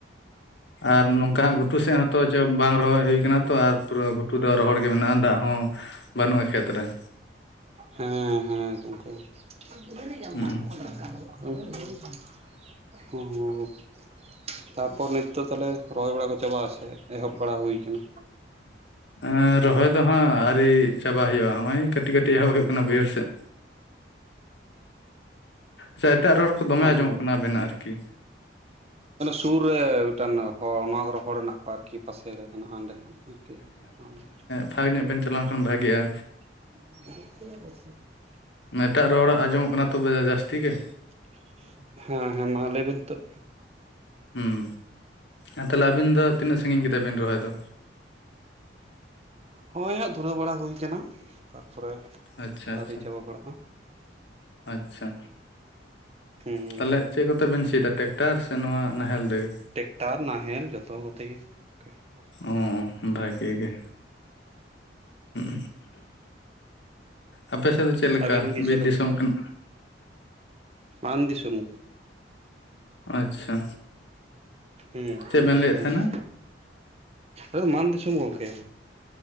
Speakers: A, on the left; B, on the right.
A: ᱟᱨ ᱱᱚᱝᱠᱟ ᱦᱚᱸ ᱜᱷᱩᱴᱩ ᱥᱮᱫ ᱦᱚᱸ ᱛᱚ ᱪᱚ ᱵᱟᱝ ᱨᱚᱦᱚᱭ ᱦᱩᱭ ᱟᱠᱟᱱᱟ ᱛᱚ ᱟᱨ ᱯᱩᱨᱟᱹ ᱜᱷᱴᱩ ᱫᱚ ᱨᱚᱦᱚᱲ ᱜᱮ ᱢᱮᱱᱟᱜ-ᱟ ᱫᱟᱜ ᱦᱚᱸ ᱵᱟᱹᱱᱩᱜ-ᱟ ᱠᱷᱮᱛ ᱨᱮ ᱾
B: ᱦᱮᱸ ᱦᱮᱸ ᱜᱚᱢᱠᱮ, <unintelligible>
A: ᱦᱩᱸ
B: ᱛᱟᱨᱯᱚᱨ ᱱᱤᱛ ᱫᱚ ᱛᱟᱦᱞᱮ ᱨᱚᱦᱚᱭ ᱵᱟᱲᱟ ᱠᱚ ᱪᱟᱵᱟ ᱥᱮ ᱮᱦᱚᱵ ᱵᱟᱲᱟ ᱦᱩᱭ ᱠᱟᱱᱟ?
A: ᱮᱸ ᱨᱚᱦᱚᱭ ᱫᱚ ᱦᱟᱸᱜ ᱟᱹᱣᱨᱤ ᱪᱟᱵᱟ ᱦᱩᱭᱩᱜ-ᱟ, ᱦᱚᱸᱜ-ᱚᱭ ᱠᱟᱹᱴᱤᱡ ᱠᱟᱹᱴᱤᱡ ᱮᱦᱚᱵ ᱦᱩᱭᱩᱜ ᱠᱟᱱᱟ ᱵᱟᱹᱭᱦᱟᱹᱲ ᱥᱮᱫ᱾ ᱥᱮ ᱮᱴᱟᱜ ᱨᱚᱲ ᱠᱚ ᱫᱚᱢᱮ
B: ᱚ
A: ᱟᱸᱡᱚᱢᱚᱜ ᱠᱟᱱᱟ ᱟᱵᱤᱱᱟᱜ ᱟᱨᱠᱤ᱾
B: ᱥᱩᱨ ᱨᱮ ᱢᱤᱫᱴᱟᱱ ᱦᱚᱲ ᱱᱚᱣᱟ ᱠᱚᱨᱮ ᱦᱚᱲ ᱦᱮᱱᱟᱜ ᱠᱚᱣᱟ ᱟᱨᱠᱤ ᱯᱟᱥᱮ ᱥᱮᱨᱮ ᱦᱮᱱᱟᱜ-ᱟ ᱚᱸᱰᱮᱟᱸᱜ ᱟᱨᱠᱤ ᱱᱚᱰᱮ
A: ᱯᱷᱟᱹᱠ ᱧᱚᱜ ᱵᱮᱱ ᱪᱟᱞᱟᱣ ᱞᱮᱱ ᱠᱷᱟᱱ ᱵᱷᱟᱜᱤᱜ-ᱟ᱾
B: <unintelligible>
A: ᱮᱴᱟᱜ ᱨᱚᱲ ᱟᱸᱡᱚᱢᱚᱜ ᱠᱟᱱᱟ ᱛᱚᱵᱮ ᱡᱟᱹᱥᱛᱤ ᱜᱮ,
B: <unintelligible> ᱦᱮᱸ ᱦᱮᱸ, ᱢᱟ ᱞᱟᱹᱭ ᱵᱤᱱ ᱱᱤᱛᱚᱜ?
A: ᱦᱩᱸ, ᱟᱨ ᱛᱟᱦᱞᱮ ᱟᱵᱤᱱ ᱫᱚ ᱛᱤᱱᱟᱹᱜ ᱥᱟᱺᱜᱤᱧ ᱠᱮᱫᱟ ᱵᱤᱱ ᱨᱚᱦᱚᱭ ᱫᱚ?
B: ᱦᱳᱭ ᱦᱟᱸᱜ ᱫᱷᱩᱨᱟᱹᱣ ᱵᱟᱲᱟ ᱦᱩᱭ ᱠᱟᱱᱟ, ᱛᱟᱨᱯᱚᱨᱮ
A: ᱟᱪᱪᱷᱟ ᱟᱪᱪᱷᱟ
B: ᱟᱹᱣᱨᱤ ᱪᱟᱵᱟ ᱵᱟᱲᱟᱜ-ᱟ᱾
A: ᱟᱪᱪᱷᱟ᱾
B: ᱦᱩᱸ
A: ᱛᱟᱦᱞᱮ ᱪᱮᱫ ᱠᱚᱛᱮ ᱵᱤᱱ ᱥᱤᱭᱫᱟ ᱴᱨᱮᱠᱴᱟᱨ ᱥᱮ ᱱᱚᱣᱟ ᱱᱟᱦᱮᱞ ᱛᱮᱜᱮ?
B: ᱴᱮᱠᱴᱟᱨ ᱱᱟᱦᱮᱞ ᱡᱚᱛᱚ ᱠᱚᱛᱮ ᱜᱮ ᱾
A: ᱚ ᱵᱷᱟᱜᱮ ᱜᱮ᱾ ᱦᱩᱸ ᱟᱯᱮ ᱥᱮᱫ ᱫᱚ ᱪᱮᱫ ᱞᱮᱠᱟ,
B: ᱟᱹᱵᱤᱱ ᱜᱮ
A: ᱵᱤᱨ
B: ᱪᱮᱫ ᱞᱮᱠᱟ
A: ᱫᱤᱥᱚᱢ ᱠᱟᱱᱟ?
B: ᱢᱟᱱ ᱫᱤᱥᱚᱢ ᱾
A: ᱟᱪᱪᱷᱟ
B: ᱦᱩᱸ
A: ᱪᱮᱫ
B: ᱦᱩᱸ
A: ᱵᱮᱱ ᱞᱟᱹᱭᱮᱫ
B: ᱦᱩᱸ
A: ᱛᱟᱦᱮᱱᱟ?
B: ᱾ ᱟᱫᱚ ᱢᱟᱱ ᱫᱤᱥᱚᱢ ᱜᱚᱝᱠᱮ ᱾